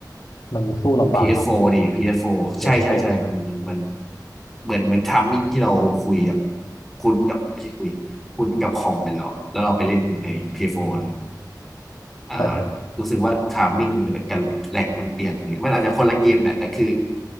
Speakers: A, on the left (about 55°); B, in the centre.
A: มันสู้ลำบากครับ
B: PS4 ดิ PS4
A: เวทโท
B: ใช่ใช่ใช่มันมันมันเหมือนเหมือนทัมมิ่งที่เราคุยกับคุ้นกับไม่ใช่คุยคุ้นกับคอมไปแล้วอะแล้วเราไปเล่นใน PS4 เอสโฟร์เลยอ่า
A: ใช่ครับ
B: รู้สึกว่าทัมมิ่งเหนือกันแหลกมันเปลี่ยนเลยมันอาจจะคนละเกมแหละแต่คือ